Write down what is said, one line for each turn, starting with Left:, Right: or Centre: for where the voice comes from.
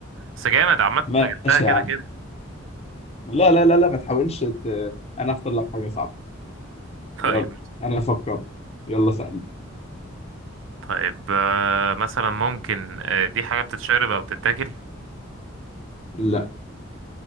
Right: بس جامد عامة
Left: ماشي
Right: انت جبتها كده
Left: يا عم
Right: كده
Left: لا لا لا لا ما تحاولش ت... انا اختار لك حاجة صعبة يلا
Right: طيب
Left: انا فكرت يلا سألني
Right: طيب آه، مثلا ممكن آه، دي حاجة بتتشرب او بتتاكل
Left: لا